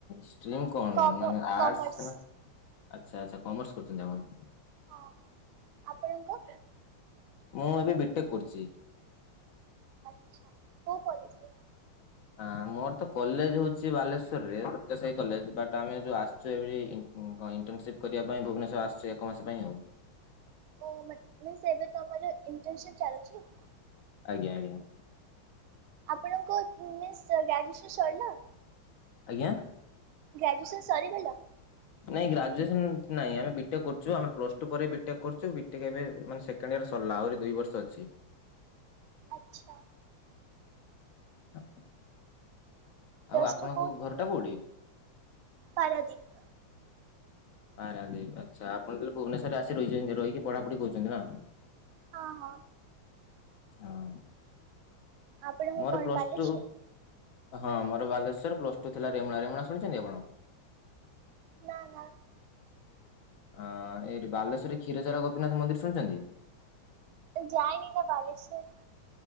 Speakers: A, on the left; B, on the right.
A: ଷ୍ଟ୍ରିମ୍ କଣ
B: କମ
A: ମାନେ ଆର୍ଟ୍ସ
B: କମର୍ସ
A: ନା ଆଚ୍ଛା ଆଚ୍ଛା କମର୍ସ କରୁଛନ୍ତି ଆପଣ।
B: ହଁ ହଁ ଆପଣଙ୍କ?
A: ମୁଁ ଏବେ ବିଟେକ୍ କରୁଛି।
B: ଆଚ୍ଛା, କୋଉ କଲେଜରେ?
A: ହଁ ମୋର ତ କଲେଜ ହଉଛି ବାଲେଶ୍ୱରରେ ସତ୍ୟ ସାଇ କଲେଜ, ବଟ ଆମେ ଯୋଉ ଆସିଛୁ ଏ ହଁ କଣ ଇଣ୍ଟର୍ନସିପ କରିବା ପାଇଁ ଭୁବନେଶ୍ୱର ଆସୁଛି ଏକ ମାସ ପାଇଁ ଆଉ।
B: ଓ ଏବେ ମନେ ତମର ଇଣ୍ଟର୍ନସିପ ଚାଲୁଛି?
A: ଆଜ୍ଞା ଆଜ୍ଞା।
B: ଆପଣଙ୍କ ମିନ୍ସ ଗ୍ରାଜୁଏସନ୍ ସରିଲା।
A: ଆଜ୍ଞା।
B: ଗ୍ରାଜୁଏସନ୍ ସରିଗଲା।
A: ନାଇଁ ଗ୍ରାଜୁଏସନ ନାଇଁ ଆମେ ବିଟେକ୍ କରୁଛୁ ଆମର ପ୍ଲସ୍ ଟୁ ପରେ ବିଟେକ୍ କରୁଚୁ ବିଟେକ୍ ଏବେ ସେକେଣ୍ଡ ୟର ସରିଲ ଆହୁରି ଦୁଇ ବର୍ଷ ଅଛି।
B: ଆଚ୍ଛା।
A: <unintelligible> ଆଉ
B: ପ୍ଲସ
A: ଆପଣଙ୍କ
B: ଟୁ କୋଉଠି
A: ଘରଟା
B: ଥିଲା
A: କୋଉଠି?
B: ପାରାଦୀପ।
A: ପାରାଦୀପ ଆଚ୍ଛା ଆପଣ ତାହେଲେ ଭୁବନେଶ୍ୱରରେ ଆସି ରଛନ୍ତି ରହିକି ପଢାଢିୁଛନ୍ତି ନା?
B: ହଁ ହଁ।
A: ଆଉ।
B: ଆପଣଙ୍କ
A: ମୋର
B: କଣ
A: ପ୍ଲସ୍
B: ବାଲେଶ୍ଵର?
A: ଟୁ ହଁ ମୋର ବାଲେଶ୍ୱର ପ୍ଲସ୍ ଟୁ ଥିଲା ରେମୁଣା, ରେମଣା ଶୁଣିଛନ୍ତି ଆପଣ?
B: ନା ନା।
A: ଅଁ ଏଠି ବାଲେଶ୍ଵରରେ କ୍ଷୀରଚୋରା ଗୋପୀନାଥ ମନ୍ଦିର ଶୁଣୁଛନ୍ତି?
B: ଯାଇନି ନା ବାଲେଶ୍ୱର।